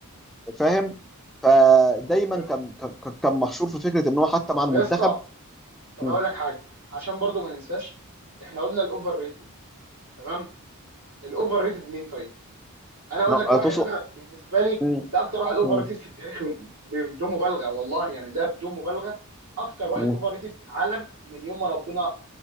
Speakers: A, in the centre; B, on the right.
A: فاهم فدايما
B: ايوه ايوه
A: كان كان كان محشور في فكره ان هو حتى مع
B: طب
A: المنتخب
B: يا اسطى طب
A: مم.
B: اقول لك حاجه عشان برضو ما ننساش احنا قلنا الاوفر ريتد تمام الاوفر ريتد مين طيب انا اقول
A: لا،
B: لك واحد
A: توصل
B: انا بالنسبه لي
A: مم.
B: ده اكتر واحد اوفر
A: مم.
B: ريتد في التاريخ من- بدون مبالغه والله يعني ده بدون مبالغه اكتر واحد
A: مم.
B: اوفر ريتد في العالم من يوم ما ربنا